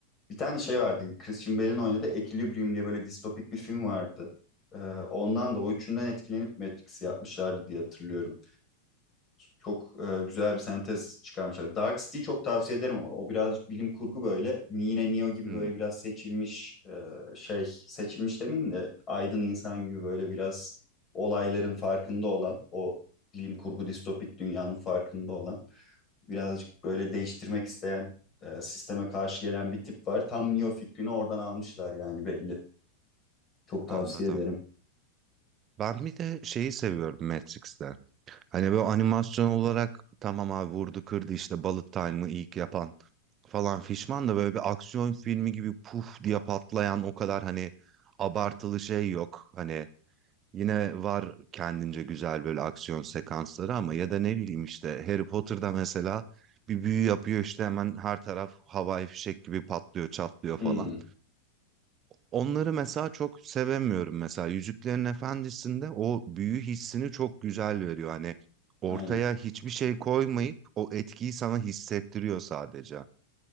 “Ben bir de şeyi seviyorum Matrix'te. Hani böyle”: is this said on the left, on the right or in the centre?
Right